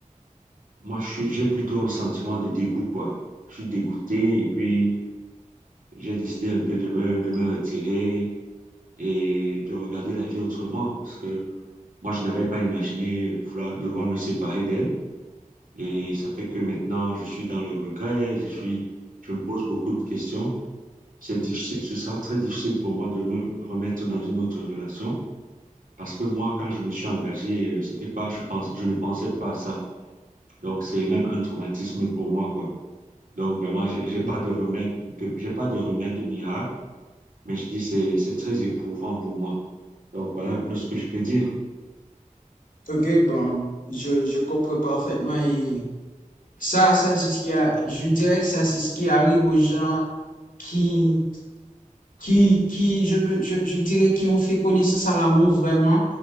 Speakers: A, on the right (about 75°); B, on the left (about 80°).
A: moi, je suis- j'ai plutôt un sentiment de dégoût, quoi. Je suis dégoûté et puis j'ai décidé un peu de me, de me retirer et de regarder la vie autrement parce que moi, je n'avais pas imaginé vouloir, devoir me séparer d'elle. Et ça fait que maintenant, je suis dans le regret, je suis, je me pose beaucoup de questions. C'est difficile, ce sera très difficile pour moi de me remettre dans une autre relation parce que moi, quand je me suis engagé, euh, c'était pas, je pense, je ne pensais pas à ça. Donc, c'est même un traumatisme pour moi, quoi. Donc, vraiment,
B: Ok,
A: j'ai j'ai pas de remède, de- j'ai pas de remède de miracle, mais je dis, c'est, c'est très éprouvant pour moi. Donc, voilà un peu ce que je peux dire.
B: Ok, bon, je, je comprends parfaitement et ça, ça, c'est ce qui a, je dirais que ça, c'est ce qui arrive aux gens qui, qui, qui, je veux, je, je dirais, qui ont fait connaissance à l'amour vraiment